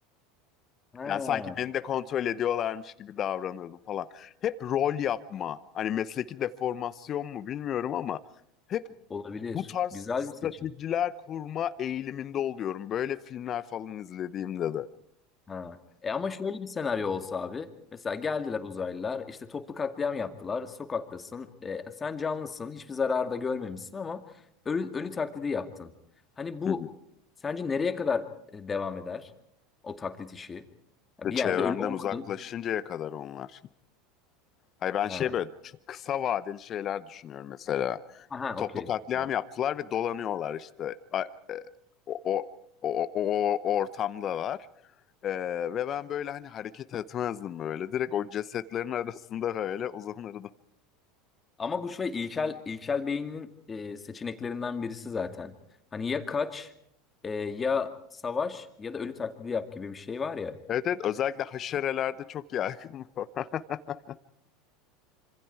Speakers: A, on the left; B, on the left.
A: ha.
B: Yani sanki beni de kontrol ediyorlarmış gibi davranırdım falan. Hep rol yapma. Hani mesleki deformasyon mu bilmiyorum ama hep
A: Olabilir.
B: bu tarz
A: Güzel
B: stratejiler
A: bir seçim.
B: kurma eğiliminde oluyorum. Böyle filmler falan izlediğimde de.
A: Ha. E ama şöyle bir senaryo olsa abi. Mesela geldiler uzaylılar işte toplu katliam yaptılar. Sokaktasın. E, sen canlısın. Hiçbir zarar da görmemişsin ama ölü, ölü taklidi yaptın. Hani bu
B: Hı hı.
A: sence nereye kadar e, devam eder? O taklit işi. Ya
B: Ve
A: Bir
B: çevremden
A: yerde ölü olmadın.
B: uzaklaşıncaya kadar onlar. Hayır ben
A: Ha.
B: şey böyle çok kısa vadeli şeyler düşünüyorum mesela.
A: Aha
B: Toplu
A: okey.
B: katliam
A: Tamam.
B: yaptılar ve dolanıyorlar işte. A- e, O, o, o, o- o ortamdalar. E, ve ben böyle hani hareket etmezdim böyle. Direkt o cesetlerin <laughs> arasında böyle uzanırdım.
A: Ama bu şey ilkel ilkel beyninin e, seçeneklerinden birisi zaten. Hani ya kaç e, ya savaş ya da ölü taklidi yap gibi bir şey var
B: Evet evet özellikle haşerelerde çok yaygın. bu. <laughs>